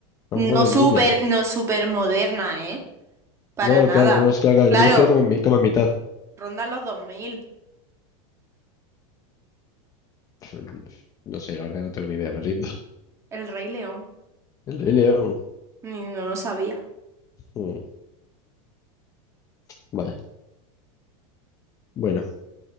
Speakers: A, on the left (about 20°); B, on the right (about 15°).
A: más
B: No
A: modernillas.
B: súper, no súper moderna, ¿eh? Para
A: No,
B: nada.
A: claro, no, no, es claro, claro,
B: Claro,
A: yo me refiero como en, mi- como en mitad.
B: ronda los 2000.
A: Pf, No sé, la verdad no tengo ni idea, me rindo.
B: El Rey León.
A: <laughs> El Rey León.
B: Ni- No lo sabía.
A: mm, vaya, bueno,